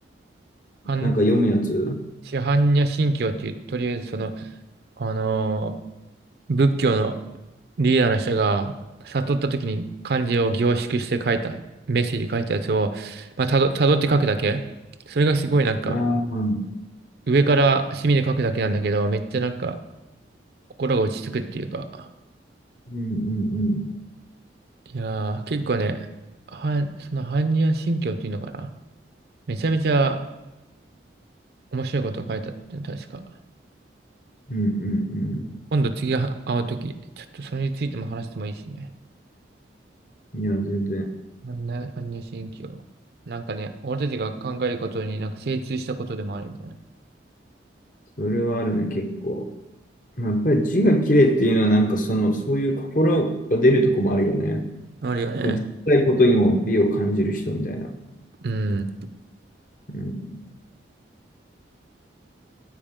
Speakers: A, on the right (about 55°); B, on the left (about 45°).
A: あん
B: なんか読むやつ
A: シハンニャ神教っていう、とりあえずその、あのー仏教のリーダーの人が悟った時に漢字を凝縮して書いた、メッセージ書いたやつを、まあ、たど、たどって書くだけ。それがすごいなんか、
B: ああー、うん
A: 上から墨で書くだけなんだけど、めっちゃなんか、心が落ち着くっていうか。
B: うんうん。
A: いやー、結構ね、はん、その般若心経っていうのかな。めちゃめちゃ面白いことを書いたって、確か。
B: うんうんうん。
A: 今度次会う時ちょっとそれについても話してもいいしね。
B: いや、全然。
A: 般若般若心経。なんかね、俺たちが考えることになんか精通したことでもあるみたいな。
B: それはあるね、結構。まあやっぱり字が綺麗っていうのは、なんかその、そういう心が出るとこもあるよね。
A: あるよね。
B: そういう小さいことにも美を感じる人みたいな。
A: うん。
B: うん。